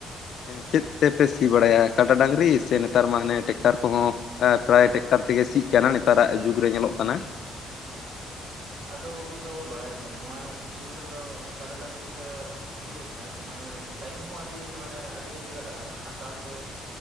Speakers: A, on the left; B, on the right.
A: ᱪᱮᱫ ᱛᱮᱯᱮ ᱥᱤ ᱵᱟᱲᱟᱭᱟ ᱠᱟᱰᱟ ᱰᱟᱹᱝᱨᱤ ᱥᱮ ᱱᱮᱛᱟᱨ ᱢᱟ ᱦᱟᱱᱮᱼᱼ ᱴᱮᱠᱴᱟᱨ ᱠᱚᱦᱚᱸ ᱟ ᱯᱨᱟᱭ ᱴᱮᱠᱴᱟᱨ ᱛᱮᱜᱮ ᱥᱤᱜ ᱠᱟᱱᱟ ᱱᱮᱛᱟᱨᱟᱜ ᱡᱩᱜᱽ ᱨᱮ ᱧᱮᱞᱚᱜ ᱠᱟᱱᱟ᱾
B: ᱮᱸ ᱦᱮᱸ ᱟᱫᱚ ᱜᱚᱝᱠᱮ ᱵᱚᱱ ᱵᱟᱰᱟᱭ ᱜᱮᱭᱟ ᱱᱚᱣᱟ ᱡᱩᱜᱽ ᱨᱮᱫᱚ ᱠᱟᱰᱟ ᱰᱟᱹᱝᱨᱤ ᱛᱮᱼᱼ ᱥᱤ ᱞᱮᱠᱷᱟᱱ ᱢᱟᱱᱮ ᱴᱟᱭᱤᱢ ᱦᱚᱸ ᱟᱹᱰᱤ ᱢᱟᱱᱮ ᱟᱹᱰᱤ ᱜᱷᱟᱹᱲᱤᱡ ᱞᱟᱜᱟᱜᱼᱟ ᱟᱨ ᱥᱟᱶᱛᱮ